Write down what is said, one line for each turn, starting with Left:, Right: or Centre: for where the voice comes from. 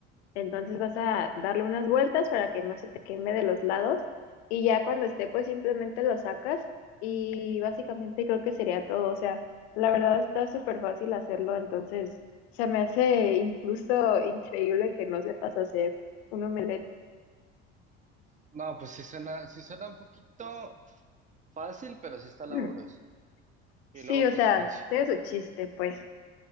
Left: Entonces vas a darle unas vueltas para que no se te queme de los lados y ya cuando esté pues simplemente lo sacas y básicamente creo que sería todo. O sea, la verdad está súper fácil hacerlo, entonces se me hace incluso increíble que no sepas hacer un omelette.
Right: No, pues sí suena, sí suena un poquito fácil, pero sí está laborioso.
Left: <clears throat>
Right: Y
Left: Sí,
Right: luego,
Left: o
Right: pues
Left: sea,
Right: también, si-
Left: tiene su chiste, pues.